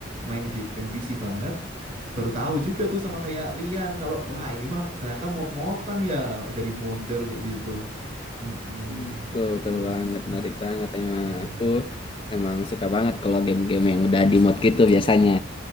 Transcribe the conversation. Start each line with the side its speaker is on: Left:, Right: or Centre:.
Right: main game PC banget, baru tahu juga tuh sama kayak Rian kalau wah ini mah ternyata mod-modan ya dari modder kayak gitu. Mm-mm,
Left: Hmm, Betul,
Right: menarik
Left: betul
Right: banget
Left: banget,
Right: sih.
Left: menarik banget emang.
Right: Iya,
Left: Aku
Right: iya.
Left: emang suka banget kalau game-game yang udah di mod gitu biasanya.